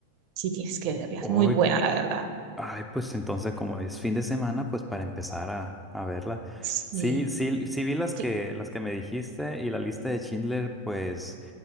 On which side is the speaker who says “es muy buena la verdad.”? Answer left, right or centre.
Right